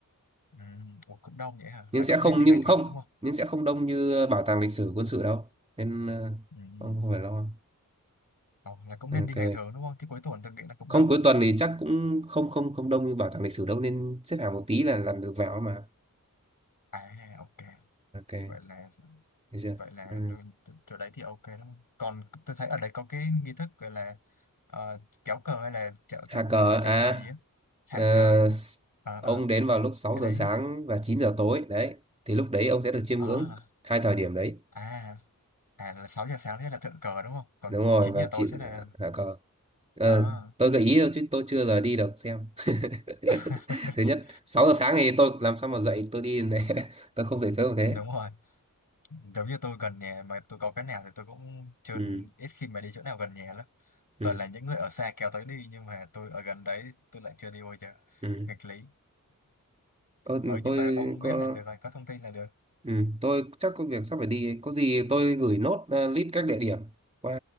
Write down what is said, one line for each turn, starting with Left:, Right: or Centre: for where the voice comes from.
Left: ừ, ủa, cũng đông vậy hả?
Right: nhưng
Left: Là
Right: sẽ
Left: cũng
Right: không
Left: nên đi
Right: nhưng
Left: ngày thường
Right: không
Left: đúng không?
Right: nhưng sẽ không đông như ờ, bảo tàng lịch sử quân sự đâu nên ờ,
Left: Ừ, ừ.
Right: ông không phải lo
Left: Ờ, là cũng
Right: ok
Left: nên đi ngày thường đúng không? Chứ cuối tuần tôi nghĩ là cũng
Right: không
Left: đông.
Right: cuối tuần thì chắc cũng không không không đông như bảo tàng lịch sử đâu nên xếp hàng một tí là làm được vào mà
Left: À ok,
Right: ok
Left: vậy là
Right: được chưa
Left: vậy là
Right: ừ.
Left: rồi- t- chỗ đấy thì ok đúng không? Còn tôi thấy ở đây có cái nghi thức gọi là ờ, kéo cờ hay là chào
Right: hạ
Left: thượng
Right: cờ
Left: cờ,
Right: à
Left: chào cờ gì á, hạ
Right: ờ,
Left: cờ gì á.
Right: s-
Left: Ờ
Right: ông
Left: ờ
Right: đến vào lúc sáu
Left: cái
Right: giờ
Left: đấy.
Right: sáng và 9 giờ tối đấy thì lúc đấy ông sẽ được chiêm
Left: Ờ
Right: ngưỡng hai thời điểm đấy
Left: à à là 6 giờ sáng thế là thượng cờ đúng không? Còn
Right: đúng rồi
Left: 9
Right: và
Left: giờ tối
Right: chỉnh
Left: sẽ là
Right: hả cờ Ờ,
Left: ờ
Right: tôi gợi ý thôi chứ tôi chưa giờ đi được xem <laughs>
Left: <laughs>
Right: thứ nhất 6 giờ sáng thì tôi làm sao mà dậy tôi đi này <laughs> tôi không dậy sớm được thế
Left: đúng rồi. Giống như tôi gần nhà mà tôi có cái nào thì tôi cũng chưa
Right: ừ
Left: ít khi mà đi chỗ nào gần nhà lắm.
Right: ừ
Left: Toàn là những người ở xa kéo tới đi nhưng mà tôi ở gần đấy tôi lại chưa đi bao giờ.
Right: ừ
Left: Nghịch lý.
Right: Ơ, mà
Left: ừ nhưng
Right: tôi
Left: mà ông
Right: có
Left: biết là được rồi có thông tin là được
Right: ừ, tôi chắc có việc sắp phải đi ấy. có gì tôi gửi nốt ờ, list các địa điểm qua